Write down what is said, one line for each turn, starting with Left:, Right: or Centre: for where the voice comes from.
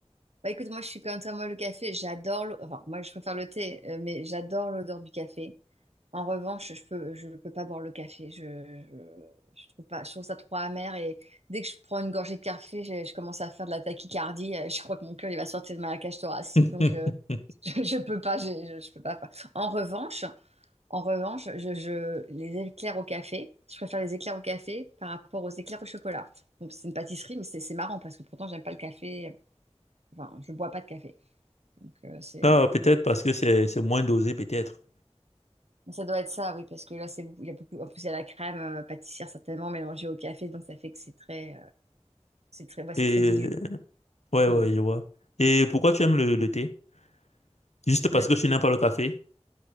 Right: Bah écoute, moi je suis comme toi, moi le café, j'adore, l'o- enfin moi je préfère le thé, euh, mais j'adore l'odeur du café. En revanche, je peux, je peux pas boire le café, je, je, je trouve pas, je trouve ça trop amer et dès que je prends une gorgée de café, je, je commence à faire de la tachycardie, euh, je crois que mon cœur il va sortir de ma cage thoracique,
Left: <laughs>
Right: donc euh, <laughs> je, je peux pas, je, je, je peux pas. En revanche, en revanche, je, je, les éclairs au café, je préfère les éclairs au café par rapport aux éclairs au chocolat. Donc c'est une pâtisserie, mais c'est c'est marrant parce que pourtant j'aime pas le café, enfin je bois pas de café. Donc, euh, c'est...
Left: Ah, peut-être parce que c'est c'est moins dosé, peut-être.
Right: Ça doit être ça, oui, parce que là, c'est beaucoup... il y a beaucoup... En plus, il y a la crème euh, pâtissière certainement mélangée au café, donc ça fait que c'est très, euh, c'est très... ouais, c'est
Left: Et
Right: très dilué.
Left: ouais,
Right: Hmm.
Left: ouais, je vois. Et pourquoi tu aimes le, le thé? Juste parce
Right: Le thé-
Left: que tu n'aimes pas le café?